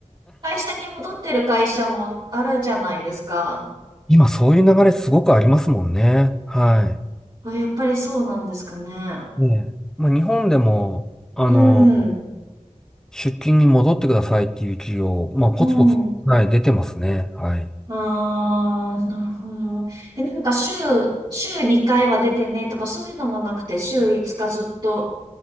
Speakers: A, on the right; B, in the centre.
A: 会社に戻ってる会社もあるじゃないですか。
B: 今そういう流れすごくありますもんね。は
A: あ、やっぱりそうなんですかね。
B: い。ねえ。まあ日本でも、あの、
A: うん。
B: 出勤に戻ってくださいっていう企業、まあポツポツ、
A: うん。
B: はい、出てますね。はい。
A: ああ、なるほど。え、なんか週、週2回は出てねとかそういうのもなくて、週5日ずっと